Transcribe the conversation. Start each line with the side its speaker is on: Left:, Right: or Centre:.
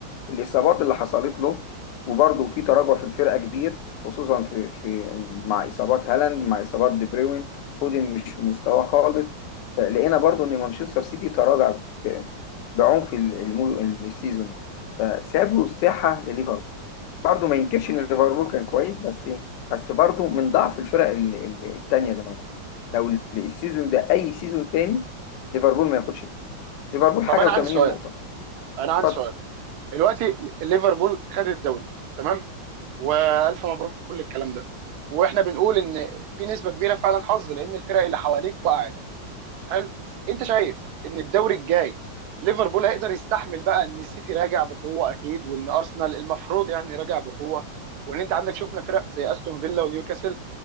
Left: الاصابات اللي حصلت له وبرضه في تراجع في الفرقه كبير خصوصا في في مع اصابات هالاند مع اصابات دي بروين فودن مش في مستواه خالص فلقينا برضه ان مانشستر سيتي تراجع ب- بعنف ال- الم- السيزون ده فسابوا الساحه لليفربول برضه ما ينكرش
Right: صحيح
Left: ان ليفربول كان كويس بس ايه بس برضه من ضعف الفرق ال- ال- التانية اللي موجوده لو ال- السيزون ده اي سيزون تاني ليفربول ما ياخدش ده. ليفربول حاجه
Right: طب انا عندي
Left: و80 نقطه
Right: سؤال انا عندي
Left: طب
Right: سؤال دلوقتي ليفربول خد الدوري تمام والف مبروك وكل الكلام ده واحنا بنقول ان في نسبه كبيره فعلا حظ لان الفرق اللي حواليك وقعت حلو انت شايف ان الدوري الجاي ليفربول هيقدر يستحمل بقى ان السيتي راجع بقوه اكيد وان ارسنال المفروض يعني راجع بقوه وان انت عندك شفنا فرق زي استون فيلا ونيوكاسل